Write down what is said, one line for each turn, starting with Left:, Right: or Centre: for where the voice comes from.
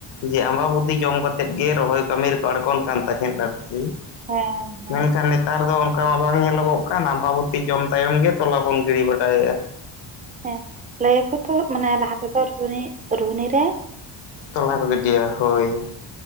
Left: ᱡᱮ ᱟᱢᱵᱟᱵᱩᱛᱤ ᱡᱚᱢ ᱠᱟᱛᱮᱫ ᱜᱮ, ᱨᱚᱦᱚᱭ ᱠᱟᱹᱢᱤ ᱨᱮᱠᱚ ᱟᱲᱜᱚᱱ ᱠᱟᱱ ᱛᱟᱦᱮᱸᱫ ᱟᱨᱠᱤ ᱾ ᱦᱩᱸ
Right: ᱦᱮᱸ ᱦᱮᱸ
Left: ᱢᱮᱱᱠᱷᱟᱱ ᱱᱮᱛᱟᱨ ᱫᱚ ᱢᱟ ᱵᱟᱝ ᱧᱮᱞᱚᱜᱚᱜ ᱠᱟᱱ ᱾ ᱟᱵᱟᱵᱚᱛᱤ ᱡᱚᱢ ᱛᱟᱭᱚᱢ ᱜᱮ ᱛᱚᱞᱟ ᱵᱚᱱ ᱜᱤᱲᱤ ᱵᱟᱰᱟᱭᱮᱫᱼᱟ ᱾
Right: ᱦᱮᱸ ᱞᱟᱹᱭ ᱟᱠᱚ ᱛᱚ, ᱢᱟᱱᱮ ᱞᱟᱦᱟ ᱛᱮᱫᱚ ᱨᱩᱦᱱᱤ ᱨᱮ
Left: ᱛᱚᱞᱟ ᱠᱚ ᱜᱤᱰᱤᱭᱟ ᱦᱳᱭ ᱾